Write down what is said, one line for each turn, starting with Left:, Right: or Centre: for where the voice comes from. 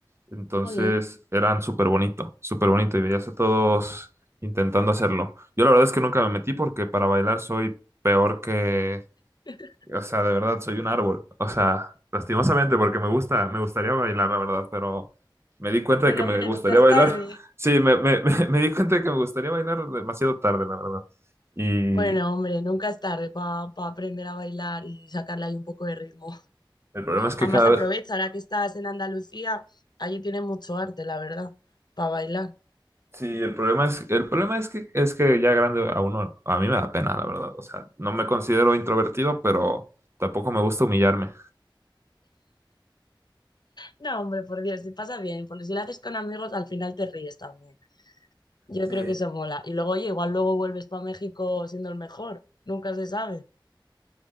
Right: Entonces
Left: jolín.
Right: eran súper bonito, súper bonito y veías a todos intentando hacerlo. Yo la verdad es que nunca me metí porque para bailar soy peor que,
Left: <laughs>
Right: o sea, de verdad soy un árbol. O sea, lastimosamente porque me gusta, me gustaría bailar, la verdad, pero me di cuenta
Left: Bueno,
Right: de que me
Left: hombre,
Right: gustaría
Left: nunca es
Right: bailar.
Left: tarde.
Right: <laughs> Sí, me, me, <laughs> me, me di cuenta de que me gustaría bailar demasiado tarde, la verdad. Y
Left: Bueno, hombre, nunca es tarde para aprender a bailar y sacarle ahí un poco de ritmo.
Right: el problema es que
Left: Además,
Right: cada
Left: aprovecha,
Right: vez...
Left: ahora que estás en Andalucía, allí tiene mucho arte, la verdad, para bailar.
Right: Sí, el problema es, el problema es que, es que ya grande a uno, a mí me da pena, la verdad. O sea, no me considero introvertido, pero tampoco me gusta humillarme.
Left: No, hombre, por Dios, te pasa bien, porque si lo haces con amigos, al final te ríes también. Yo
Right: Sí,
Left: creo que eso mola. Y luego, oye, igual luego vuelves para México siendo el mejor. Nunca se sabe.